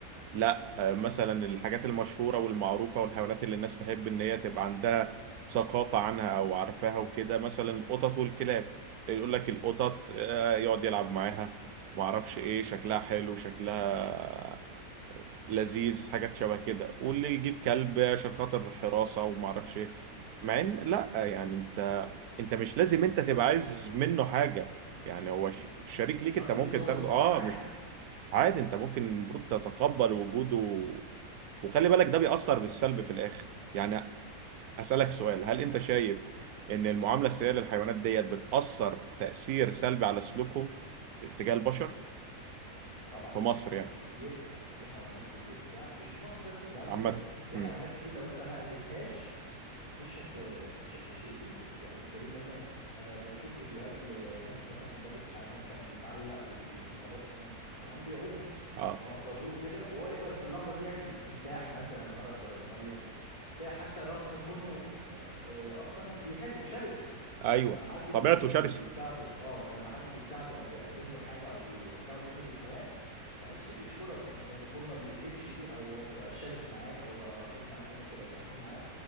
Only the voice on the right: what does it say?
لا آه، مثلا الحاجات المشهورة والمعروفة والحيوانات اللي الناس تحب إن هي تبقى عندها ثقافة عنها أو عارفاها وكده مثلا القطط والكلاب يقول لك القطط
آه، يقعد يلعب معاها معرفش إيه شكلها حلو شكلها لذيذ حاجات شبه كده واللي يجيب كلب عشان خاطر الحراسة ومعرفش إيه مع إن لا آه، يعني أنت أنت مش لازم أنت تبقى عايز منه حاجة يعني هو
ش- شريك ليك
أنت ممكن
تاخده
أه
مش عادي انت ممكن المفروض تتقبل وجوده وخلي بالك ده بيأثر بالسلب في الآخر يعني أسألك سؤال هل انت شايف ان المعاملة السيئة للحيوانات ديت بتأثر تأثير سلبي على سلوكهم اتجاه البشر
في مصر
يعني
عامة
امم.
اه
ايوه
طبيعته
شرسة